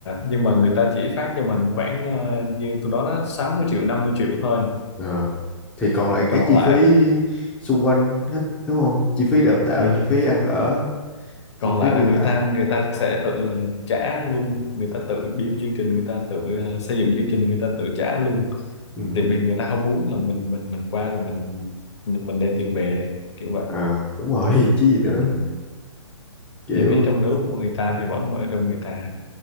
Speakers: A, on the left; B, in the centre.
A: nhưng mà người ta chỉ phát cho mình khoảng ờ, như tôi đó đó sáu mươi triệu 50 triệu thôi
B: Ờ. thì còn lại
A: còn
B: các chi
A: lại
B: phí xung quanh hết đúng không chi phí đào tạo
A: ừ,
B: chi phí ăn ở
A: còn
B: chi phí
A: lại
B: đi
A: là người
B: lại
A: ta người ta sẽ tự trả luôn người ta tự build chương trình người ta tự ờ, xây dựng chương trình người ta tự trả luôn
B: ừ.
A: tại vì người ta không muốn là mình mình mình qua rồi mình mình, mình đem tiền về kiểu vậy
B: à đúng rồi <laughs> chứ gì nữa
A: ừ.
B: kiểu
A: chi phí trong nước của người ta thì vẫn ở trong người ta